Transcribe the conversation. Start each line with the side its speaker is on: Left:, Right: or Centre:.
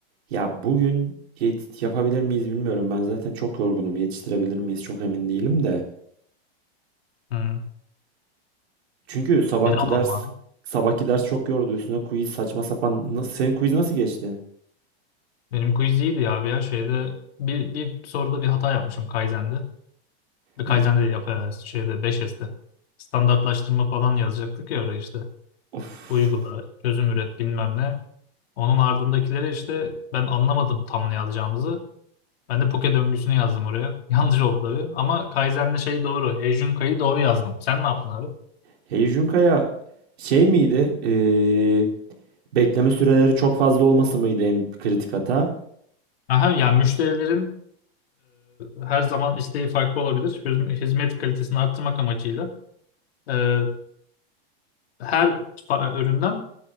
Right: Ya bugün yet- yapabilir miyiz bilmiyorum. Ben zaten çok yorgunum. Yetiştirebilir miyiz çok emin değilim de.
Left: Hı.
Right: Çünkü sabahki
Left: E ne yapalım
Right: ders
Left: abi?
Right: sabahki ders çok yordu. Üstüne quiz saçma sapan. Na- Senin quiz nasıl geçti?
Left: Benim quiz iyiydi ya abi ya. Şeyde bir, bir soruda bir hata yapmışım Kaizen'de. Bir Kaizen'de
Right: N-
Left: yaparız. Şeyde 5S'te. Standartlaştırma falan yazacaktık ya oraya işte.
Right: Of.
Left: Uygula, çözüm üret bilmem ne. Onun ardındakilere işte ben anlamadım tam ne yazacağımızı. Ben de Poke döngüsünü yazdım oraya. <laughs> Yanlış oldu tabii. Ama Kaizen'de şey doğru. Heijun Kai'yi doğru yazdım. Sen ne yaptın abi?
Right: Hey Kaya şey miydi? Ee, bekleme süreleri çok fazla olması mıydı en kritik hata?
Left: Aha, yani müşterilerin e, her zaman isteği farklı olabilir. Hizm- Hizmet kalitesini arttırmak amacıyla e, her fa- üründen